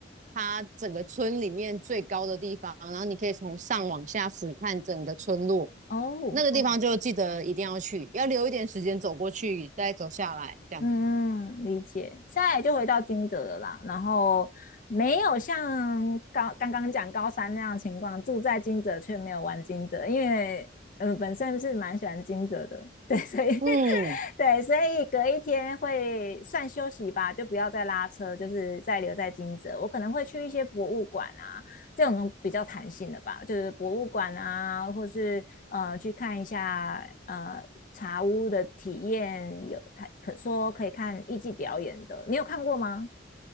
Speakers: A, on the right (about 40°); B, on the left (about 45°).
A: 它整个村里面最高的地方，然后你可以从上往下俯瞰整个村落。
B: 哦哦，
A: 那个地方就记得一定要去，要留一点时间走过去，再走下来这样。
B: 嗯，嗯理解。现在就回到金蛰了啦，然后没有像高刚刚讲高三那样情况，住在金蛰却没有玩金蛰，因为呃本身是蛮喜欢金蛰的，对，所以 <laughs>
A: 嗯，
B: 对，所以隔一天会算休息吧，就不要再拉车，就是再留在金蛰。我可能会去一些博物馆啊，这种比较弹性的吧，就是博物馆啊，或是呃去看一下呃茶屋的体验，有他可说可以看艺伎表演的，你有看过吗？